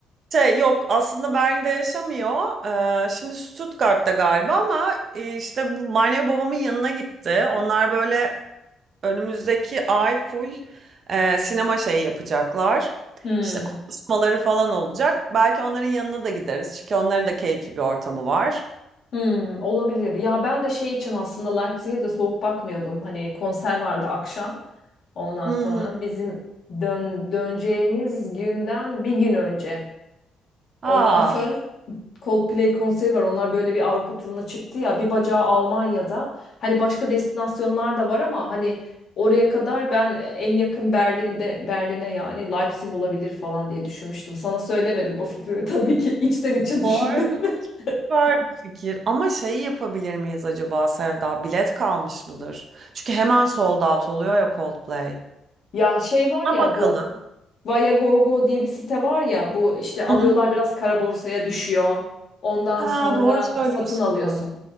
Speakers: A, on the right (about 55°); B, on the left (about 60°).
A: Şey yok aslında Berlin'de yaşamıyor. E, şimdi Stuttgart'ta galiba ama e, işte bu manevi babamın yanına gitti. Onlar böyle Önümüzdeki ay full e, sinema şeyi yapacaklar.
B: Hmm.
A: İşte konuşmaları falan olacak. Belki onların yanına da gideriz. Çünkü onların da keyifli bir ortamı var.
B: Hmm, olabilir. Ya ben de şey için aslında Leipzig'e de soğuk bakmıyordum. Hani konser vardı akşam. Ondan
A: Hmm.
B: sonra bizim dön döneceğimiz günden bir gün önce. Ondan
A: Aa,
B: sonra Coldplay konseri var. Onlar böyle bir Avrupa turuna çıktı ya. Bir bacağı Almanya'da. Hani başka destinasyonlar da var ama hani oraya kadar ben en yakın Berlin'de Berlin'e yani Leipzig olabilir falan diye düşünmüştüm. Sana söylemedim bu fikrimi <laughs> tabii ki içten içe düşündüm.
A: bu arada
B: <laughs>
A: süper bir fikir. Ama şeyi yapabilir miyiz acaba Sevda? Bilet kalmış mıdır? Çünkü hemen sold out oluyor ya Coldplay.
B: Ya şey var
A: Ona
B: ya
A: bakalım.
B: bu Viagogo diye bir site var ya bu işte alıyorlar
A: Hı hı.
B: biraz kara borsaya düşüyor. Ondan
A: Ha,
B: sonra
A: doğru söylüyorsun.
B: satın alıyorsun.